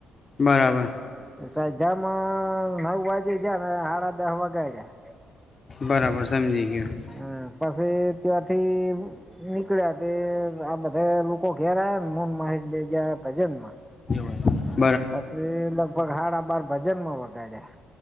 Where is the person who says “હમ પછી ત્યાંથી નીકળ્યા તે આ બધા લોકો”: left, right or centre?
Centre